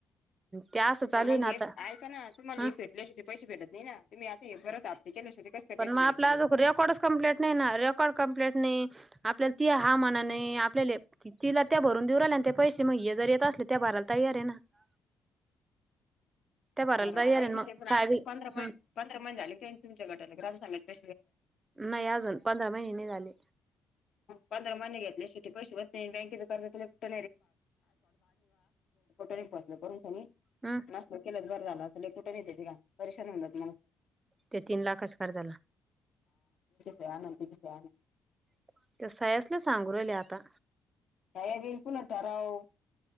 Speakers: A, on the right (about 25°); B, on the left (about 65°).
A: ते असं चालू
B: तर मग
A: आहे ना
B: हे
A: आता
B: ऐ का, ना तुम्हाला
A: हं
B: हे भेटल्या शिवाय त पैसे भेटत ना ही, ना तुम्ही आता हे परत केल्याशिवाय ते कस काय पैसे
A: पण मग
B: भेटतील.
A: आपला अज रेकॉर्डच कम्प्लेट नाही ना, रेकॉर्ड कम्प्लेट नाही आपल्याला ती हा मनाने, आपल्या तिला त्या भरून देऊ राहिल्या, ते पैसे मग हे जर येत असले त्या भर <unintelligible>
B: <inaudible>
A: त्या भरायला
B: बर
A: तयार आहे
B: विषय
A: मग
B: पण आठ
A: छावी
B: पंधरा
A: हम्
B: महिन- पंधरा महिन झाले, का तुमच्या गटाला ग्रामसंघातली
A: नाही, अजून पंधरा महिने नाई झाले.
B: पंधरा महिने घेतले, शेती पैसे होत नाही बँकेच कर्ज कुठ नाही? <unintelligible> <unintelligible>
A: हम्
B: नसत केलंच बरं झालं, अस कुठे? <unintelligible> परशानी होऊ, जात
A: ते तीन लाखाच्या कर्जाला
B: मग <unintelligible>
A: <unintelligible> सांगू राहिले, आता
B: तयारी पुन्हा ठराव.